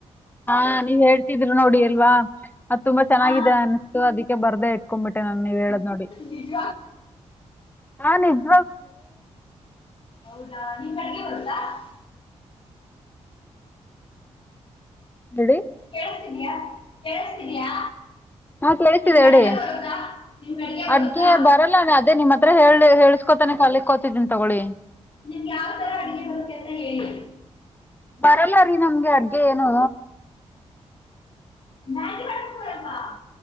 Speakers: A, on the left; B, on the left.
A: ಹಾ ನೀವ್ ನೋಡಿ ಎಲ್ವಾ ಅ ತುಂಬಾ ಚೆನ್ನಾಗಿದೆ
B: ಹಾ
A: ಅನಿಸತು ಅದಕ್ಕೆ ಬರ್ದೆೇ ಇಟ್ಕೊಂಡ್ಬಿಟ್ಟೆ ನಾನನ್ ನೀವ್ ಹೇಳದ್ ನೋಡಿ
B: ನಿಜ
A: <unintelligible> ನಾನ್ ಏನೆಂದೇ
B: ಹೌದಾ ನೀನ್ <unintelligible>
A: ಹೇಳಿ
B: ಕೇಳಿಸ್ತಿದ್ಯಾ ಕೇಳಿಸ್ತಿದ್ಯಾ
A: ಹಾ ಕೇಳತಿದೆೇ
B: ನಿಮ್ಗೆ
A: ಹೇಳಿ
B: ಅಡ್ಗೆ ಬರುತ್ತಾ ನಿಮ್ಗೆ ಬರುತ್ತಾ
A: ಅಡ್ಗೆ ಬರಲ್ಲ ಅದೇ ನಿಮ್ಮ ಹತ್ರ ಹೇಳಿ ಹೇಳಸ್ಕೋತಾನೆ ಕಲಿಕ್ ಕೋತಿದ್ದೀನಿ ತಗೊಳ್ಳಳಿ.
B: ನಿಮ್ ಯಾವ್ ತರ ಅಡಗೆ ಬರುತ್ತೆ ಅಂತ ಹೇಳಿ.
A: ಬರಲ್ಲ ರೀ ನಮ್ಗೆ ಅಡ್ಗೆ ಏನು.
B: ಮ್ಯಾಂಗಿ ಮಾಡಕ್ ಬರಲ್ವಾ.